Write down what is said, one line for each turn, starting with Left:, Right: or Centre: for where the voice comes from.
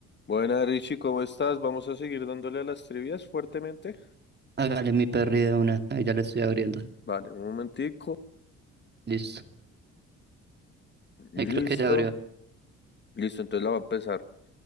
Left: Buena, Richie, ¿cómo estás? Vamos a seguir dándole a las trivias fuertemente.
Right: Hágale mi perri de una. Ahí ya le estoy abriendo.
Left: Vale, un momentico.
Right: Listo.
Left: Listo.
Right: Ahí creo que ya abrió.
Left: Listo, entonces la va a empezar